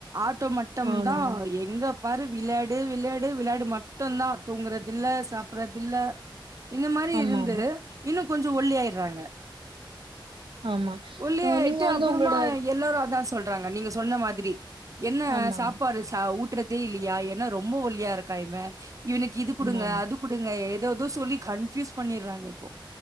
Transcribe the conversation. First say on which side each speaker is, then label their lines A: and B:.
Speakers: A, on the right; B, on the right.
A: ஆட்டோ மட்டும்தா
B: ஆமா
A: எங்க பாரு விளாடு விளாடு விளாடு மட்டுந்தா தூங்கறதில்ல சாப்றதில்ல இந்த மாரி
B: ஆமா
A: இருந்து
B: ஆமா
A: இன்னோ கொஞ்சோ ஒல்லியாயிறாங்க
B: ஆமா
A: ஒல்லியாயிட்டு
B: ஆ நீங்க வந்து
A: அப்பறமா
B: உங்களோட
A: எல்லோரோ அதா சொல்றாங்க நீங்க சொன்ன மாதிரி என்ன
B: ஆமா
A: சாப்பாடு
B: ஆமா
A: சா ஊட்ற தே இல்லியா என்ன ரொம்ப ஒல்லியா இருக்கா இவ இவனுக்கு இது குடுங்க
B: ஆமா ஆமா
A: அது குடுங்க ஏதேதோ சொல்லி கன்ஃப்யூஸ் பண்ணிறாங்க இப்போ